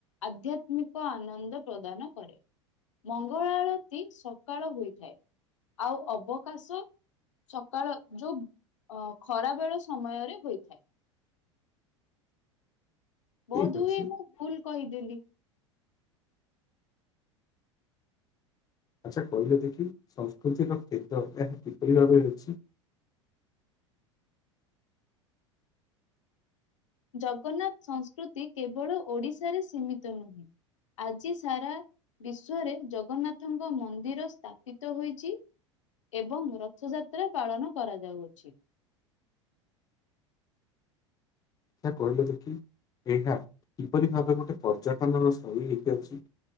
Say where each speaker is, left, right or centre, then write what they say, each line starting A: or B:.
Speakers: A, on the left; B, on the left.
A: ଆଧ୍ୟାତ୍ମିକ ଆନନ୍ଦ ପ୍ରଦାନ କରେ, ମଙ୍ଗଳଆଳତି ସକାଳ ହୋଇଥାଏ। ଆଉ ଅବକାଶ ସକାଳ ଯୋଉ ଅ ଖରା ବେଳ ସମୟରେ ହୋଇଥାଏ।
B: ଠିକ୍
A: ବୋଧହୁଏ
B: ଅଛି
A: ମୁଁ ଭୁଲ କହିଦେଲି।
B: ଆଛା କହିଲ ଦେଖି ସଂସ୍କୃତିର କେତେ ଅଭ୍ୟାସ କିପରି ଭାବେହୋଇଛି?
A: <inaudible> ଜଗନ୍ନାଥ ସଂସ୍କୃତି କେବଳ ଓଡ଼ିଶାରେ ସୀମିତ ନୁହେଁ ଆଜି ସାରା ବିଶ୍ଵରେ ଜଗନ୍ନାଥଙ୍କ ମନ୍ଦିର ସ୍ଥାପିତ ହୋଇଛି। ଏବଂ ରଥଯାତ୍ରା ପାଳନ କରାଯାଉଅଛି।
B: ତା କହିଲୁ ଦେଖି ଏହା କିପରି ଭାବେ ଗୋଟେ ପର୍ଯ୍ୟଟନର ସ୍ଥଳି ହେଇ ପାରୁଛି।